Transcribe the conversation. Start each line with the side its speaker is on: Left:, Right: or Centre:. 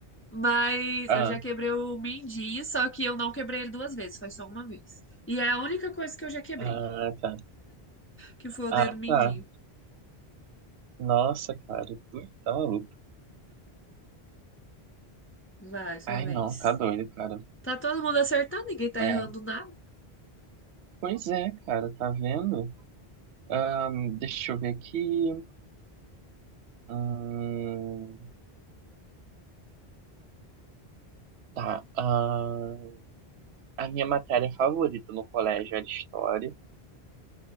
Left: mas
Right: Ah,
Left: eu já quebrei o mindinho, só que eu não quebrei ele duas vezes, foi só uma vez. E é a única coisa que eu já quebrei,
Right: ah, tá.
Left: que foi o
Right: Ah,
Left: dedo mindinho.
Right: tá. Nossa, cara, tu tá maluco.
Left: Vai, sua
Right: Ai,
Left: vez.
Right: não, tá doido, cara.
Left: Tá todo mundo acertando, ninguém tá
Right: É,
Left: errando nada.
Right: pois é, cara, tá vendo? Ahn, deixa eu ver aqui. Hum, Tá, ah, a minha matéria favorita no colégio era história.